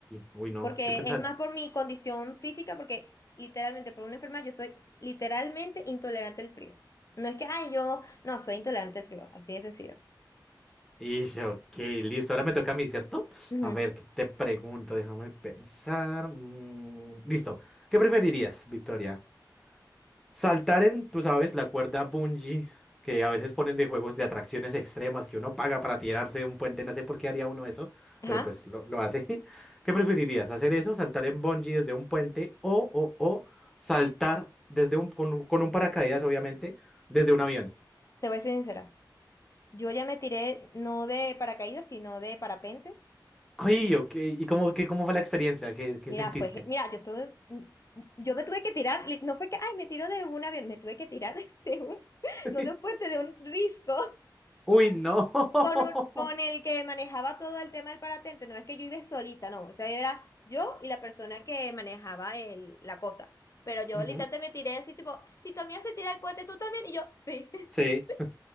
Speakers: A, in the centre; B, on the left.
A: Uy, no.
B: Porque
A: Yo pensaba.
B: es más por mi condición física, porque literalmente por una enfermedad yo soy literalmente intolerante al frío. No es que, ay, yo no soy intolerante al frío, así de sencillo.
A: Ish, ok, listo. Ahora me toca a mí, ¿cierto?
B: Ujú.
A: A ver, ¿qué te pregunto? Déjame pensar. Mm, listo. ¿Qué preferirías, Victoria? Saltar en, tú sabes, la cuerda bungee que a veces ponen de juegos de atracciones extremas que uno paga para tirarse de un puente. No sé por qué haría uno eso,
B: Ajá,
A: pero pues lo, lo hace. <laughs> ¿Qué preferirías? ¿Hacer eso? ¿Saltar en bungee desde un puente? ¿O, o, o saltar desde un, con, un- con un paracaídas, obviamente, desde un avión?
B: te voy a ser sincera. Yo ya me tiré no de paracaídas, sino de parapente.
A: Ay, ok. ¿Y cómo, qué, cómo fue la experiencia? ¿Qué, qué
B: Mira,
A: sentiste?
B: fue, ge- mira, yo estuve, m- m- yo me tuve que tirar, li- no fue que, ay, me tiro de un avión, me tuve que tirar <laughs> de un,
A: <laughs>
B: no de un puente, de un risco.
A: Uy, no. <laughs>
B: Con, un- con el que manejaba todo el tema del paratente, no es que yo iba solita, no, o sea, era yo y la persona que manejaba el, la cosa. Pero yo
A: Ujú.
B: literalmente me tiré así, tipo, si tu amiga se tira el puente, tú también, y yo, sí. <laughs>
A: Sí,
B: lo hice.